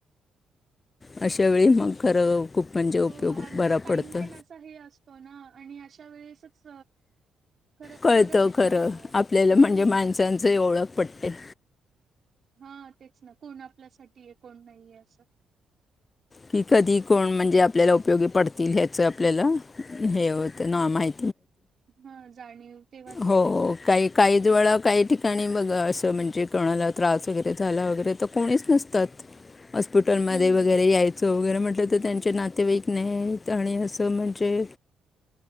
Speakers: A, on the left; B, on the right.
A: अशा वेळी मग खरं खूप म्हणजे
B: हो
A: उपयोग
B: आणि
A: बरा
B: तो टाईम
A: पडतो
B: पण असा असतो ना आणि अशा अशा वेळेसच खरं
A: कळतं
B: बरं वाटतं
A: खरं
B: असं.
A: आपल्याला
B: हं,
A: म्हणजे माणसांचही ओळख पडते.
B: हा तेच ना कोण आपल्यासाठी आहे कोण नाहीय असं.
A: कि कधी कोण म्हणजे आपल्याला उपयोगी पडतील ह्याच आपल्याला हेत ना माहि
B: हा जाणीव. तेव्हाच होते.
A: हो काही काही ज वेळा काही ठिकाणी बघ असं म्हणजे कोणाला त्रास वगैरे झाला वगैरे तर कोणीच नसतात. हॉस्पिटलमध्ये
B: हं,
A: वगैरे याय चं वगैरे म्हटलं तर त्यांचे नातेवाईक नाहीत आणि असं म्हणजे